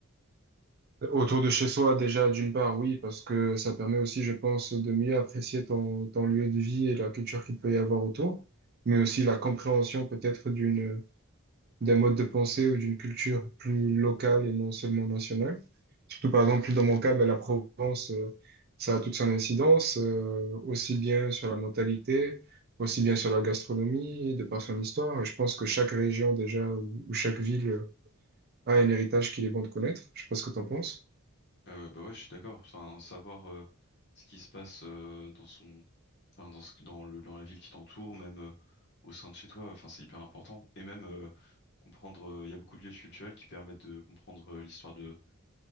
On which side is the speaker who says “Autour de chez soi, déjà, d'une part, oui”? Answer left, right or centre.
Right